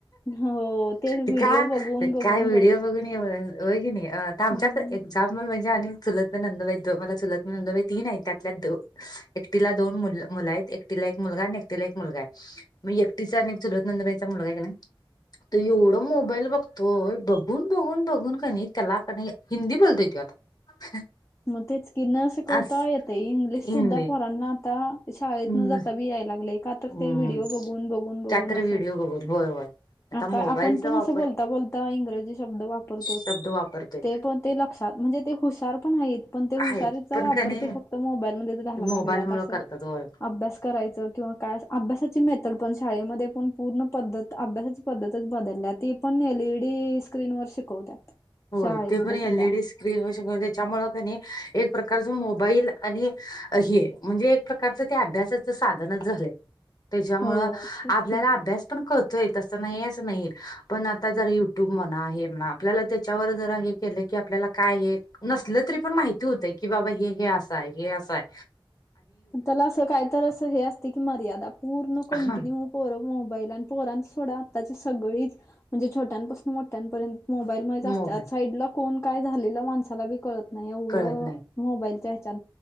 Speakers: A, on the left; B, on the left.
A: हो व्हिडिओ
B: ते का,
A: बघून बघून
B: काय व्हिडिओ बघून? मी होय होय की नाही आता आमच्यात
A: हम्म
B: एक्झाम्पल म्हणजे आनी चुलत नंदुबाई द मला चुलत नंदुबाई तीन आहेत त्यातल्या दो, एकटीला दोन मु-मुलं आहेत. तिला एक मुलगा आणि एकटीला एक मुलगा आहे, म एकटीचा आणि चूलत नंदुबाई चा मुलगा आहे का न तो एवढं मोबाईल बघतोय बघून बघून बघून कनी त्याला कनी हिंदी बोलतोय त्यो आता. <unintelligible>
A: म तेच की न शिकवता
B: अस
A: येतय इंग्लिश
B: हिंदी
A: सुद्धा पोरना आता शाळेत
B: हम्म
A: न जाता बी याय लागलय का तर
B: हम्म.
A: ते व्हडिओ बघून बघून बघून
B: कायतरी
A: असं.
B: व्हिडिओ बघून होय होय. आता
A: आका
B: मोबाईलचा
A: आपण पण
B: वापर
A: असं बोलता बोलता इंग्रजी शब्द वापरतोच,
B: शब्द वापरतोय
A: ते पण ते लक्षात म्हणजे ते हुशार पण हाईत. पण ते हुशचा
B: आहेत पण
A: वापर
B: कणी
A: ते फक्त मोबाईल मध्ये घालायला लागल्यात
B: मोबाईल मुळ
A: अस,
B: करतात होय
A: अभ्यास करायच किंवा काय अभ्यासाची मेथड पण शाळेमध्ये पण पूर्ण पद्धत अभ्यासाची पद्धतच बदलल्या ती पण एलईडी स्क्रीन वर शिकवत्यात,
B: होय
A: शाळेमध्ये
B: ते पण एलईडी
A: सुद्धा.
B: स्क्रीन वर शिकव त्याच्यामुळे कनी एक प्रकारच मोबाईल आणि अ हे म्हणजे एक प्रकारचं ते अभ्यासाचं साधनच झालंय. त्याच्यामुळं
A: हो तेच
B: आपल्याला
A: की
B: अभ्यास पण कतोय तस नाही अस नाही, पण आता जरा युट्यूब म्हणा हे म्हणा आपल्या त्या त्याच्यावर जरा हे केलं की आपल्याला काय ये? नसलं तरी पण माहिती होतय की बाबा हे हे असाय हे असाय.
A: पण त्याला असं काय तर असं हे अस ते की मर्यादा पूर्ण कंटिन्यू
B: हा
A: पोर मोबाईल आणि पोरांचं सोडा आताची सगळीच, म्हणजे छोट्यापासून मोठ्यांपर्यंत मोबाईल मधेच असत्यात
B: मोबाईल
A: साइडला कोण काय झालेलं माणसाला बी कळत नाही एवढ,
B: कळत नाही
A: मोबाईल ह्याच्यात,